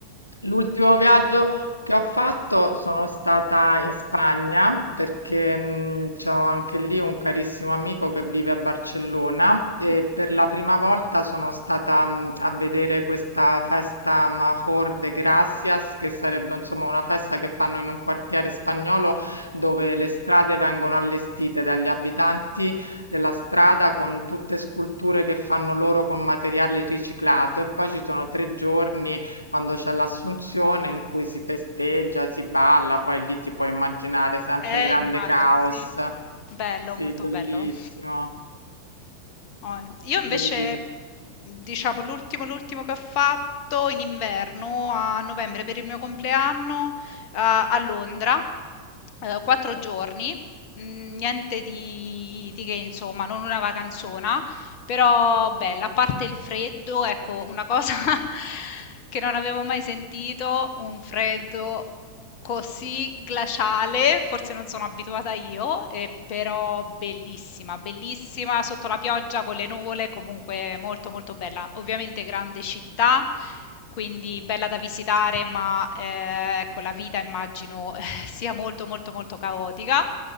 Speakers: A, on the left; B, on the left.
A: L'ultimo viaggio che ho fatto sono stata in Spagna perché mh, c'ho anche lì un carissimo amico che vive a Barcellona e
B: Mh.
A: per la prima volta sono stata mh, a vedere questa festa Major de Gracias, che sarebbe insomma una festa che fanno in un quartiere spagnolo dove le strade vengono allestite dagli abitanti della strada con tutte sculture che fanno loro con materiale riciclato e poi ci sono tre giorni quando c'è l'Assunzione in cui si festeggia, si balla, poi lì ti puoi immaginare sempre
B: Eh,
A: grande
B: immagino,
A: caos.
B: sì. Bello,
A: Sì,
B: molto
A: bellissimo,
B: bello. Oh, Io invece,
A: bellissimo.
B: diciamo, l'ultimo, l'ultimo che ho fatto in inverno a novembre per il mio compleanno eh, a Londra, eh, quattro giorni, mm, niente di, di che, insomma, non una vacanzona, però bella, a parte il freddo, ecco, una cosa <laughs> che non avevo mai sentito, un freddo così glaciale, forse non sono abituata io, eh, però bellissima, bellissima sotto la pioggia con le nuvole, comunque molto molto bella. Ovviamente grande città, quindi bella da visitare, ma eh, ecco la vita immagino <laughs> sia molto molto molto caotica,